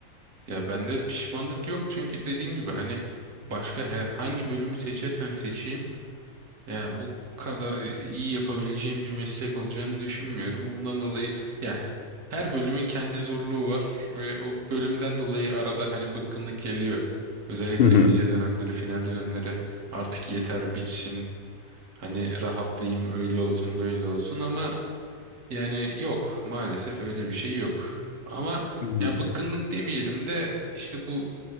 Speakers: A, on the right; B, on the left.
A: Ya bende pişmanlık yok çünkü dediğim gibi hani başka he- hangi bölümü seçersem seçeyim Ya bu kadar iyi yapabileceğim bir meslek olacağını düşünmüyorum. Ondan dolayı ya her bölümün kendi zorluğu var ve o bölümden dolayı arada hani bıkkınlık geliyor. Özellikle
B: Hı hı.
A: vize dönemleri, final dönemleri artık yeter bitsin. Hani rahatlayayım öyle olsun böyle olsun ama yani yok maalesef öyle bir şey yok. Ama
B: Hı hı.
A: ya bıkkınlık demeyelim de işte bu